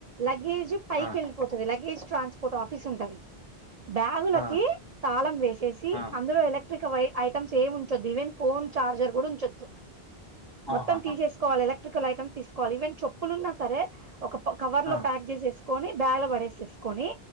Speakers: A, on the right; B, on the left.
A: లగేజ్ పైకి
B: ఆ!
A: వెళ్ళి లగేజ్ ట్రాన్స్పోర్ట్ ఆఫీస్ ఉంటది బ్యాగులకి
B: ఆ!
A: తాళం వేసేసి
B: ఆ!
A: అందులో ఎలక్ట్రిక్ వై ఐటమ్స్ ఏం ఉంచొద్దు ఈవెన్ ఫోన్ చార్జర్ కూడా ఉంచొద్దు మొత్తం
B: ఆహాహా!
A: తీసేసుకోవాలి ఎలా లక్ట్రికల్ ఐటమ్ తీసుకోవాలి ఈవెన్ చెప్పులు ఉన్నా సరే ఒక కవర్
B: ఆ!
A: లో ప్యాక్ చేసేసుకొని బ్యాగ్ లో పడే చేసుకోని